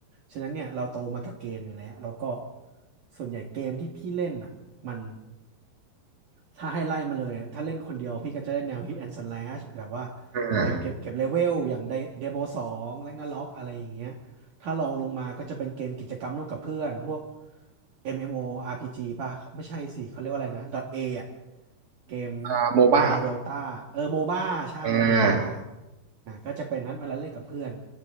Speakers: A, on the right; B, on the right.
A: ฉะนั้นเนี่ยเราโตมากับเกมอยู่แล้วแล้วก็ส่วนใหญ่เกมที่พี่เล่นอ่ะมัน ถ้าให้ไล่มาเลย ถ้าเล่นคนเดียวพี่ก็จะเล่นแนว Hit and Slash แบบว่า
B: อ่า
A: เก็บเก็บเก็บเลเวลอย่างเดโบสองแลกนาล็อกอะไรอย่างเงี้ยถ้าลองลงมาก็จะเป็นเกมกิจกรรมร่วมกับเพื่อนพวก MMORPG ป่ะไม่ใช่สิเขาเรียกว่าอะไรนะ .A อะเกม
B: อ่าโมบ้า
A: แนวแนวโดตาเออโมบ้าใช่โมบ้า
B: อ่า
A: อ่ะก็จะเป็นนั้นเวลาเล่นกับเพื่อน